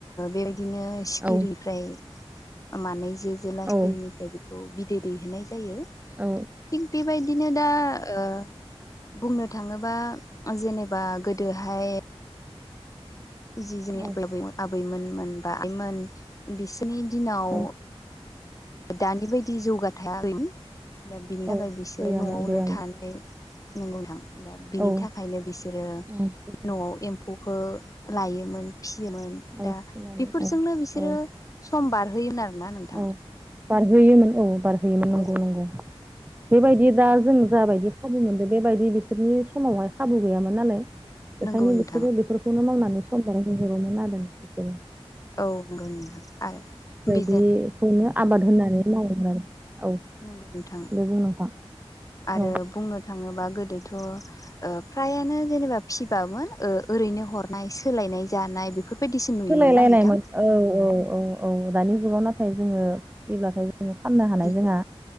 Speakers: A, on the left; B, on the right.
A: बेबायदिनो सिखिरिफ्राय
B: औ
A: मानै जो जोनखिरिनिफ्राय
B: औ
A: बेखौ बिदै दैहोनाय जायो।
B: औ
A: थिग बेबायदिनो दा ओ बुंनो थाङोबा जेनेबा गोदोहाय जि जोंनि
B: औ
A: आबै आबौमोन आबैमोनमोन। बा आइमोन बिसोरनि दिनाव
B: औ
A: दानि बायदि जौगाथायाखैमोन दा बिनि थाखाय
B: औ
A: बिसोरो
B: गैयामोन
A: न'आवनो
B: गैयामोन
A: थानाय नोंगौ नोंथां दा बिनि
B: औ
A: थाखायनो बिसोरो
B: औ बेफोर
A: न'आव एम्फौखो लायोमोन फिसियोमोन।
B: औ
A: दा
B: फिसिनानै
A: बेफोरजोंनो
B: औ
A: बिसोरो
B: औ
A: सम बारहोयोमोन आरोना नोंथां
B: औ बारहोयोमोन औ बारहोयोमोन नंगौ
A: औ
B: नंगौ बेबायदि दा जों जा बायदि खाबु मोनदों बेबायदि बिसोरनि समावहाय खाबु गैयामोन नालाय बेखायनो
A: नंगौ नोंथां
B: बिसोरो बेफोर बेखौनो मावनानै सम बारहोहरोमोन आरो बिसोर
A: औ नंगौ नोंथां आरो बे
B: बेखौनो आबाद होननानै मावोमोन आरो औ
A: नंगौ नोंथां
B: दे बुं नोंथां
A: आरो
B: औ
A: बुंनो थाङोबा गोदोथ' ओ फ्रायानो जेनेबा फिसिबामोन ओ ओरैनो हर नाय सोलायनाय जानाय बेफोरबायदिसो नुयोमोन
B: सोलायलायनायमोन
A: ना नोंथां
B: औ औ औ औ दानि जुगाव नाथाय जोङो फिसिब्लाथाय फाननो
A: बिदिखौ
B: हानाय जोंहा